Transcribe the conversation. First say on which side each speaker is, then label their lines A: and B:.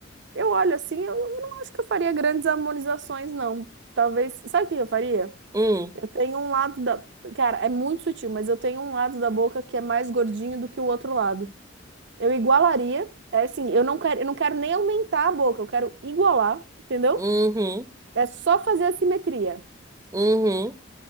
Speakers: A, on the right; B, on the right.
A: eu olho assim, eu não acho que eu faria grandes harmonizações, não. Talvez, sabe o que eu faria?
B: Hum,
A: Eu tenho um lado da, cara, é muito sutil, mas eu tenho um lado da boca que é mais gordinho do que o outro lado. Eu igualaria, é assim, eu não quero, eu não quero nem aumentar a boca, eu quero igualar, entendeu?
B: uhum,
A: É só fazer a simetria.
B: uhum.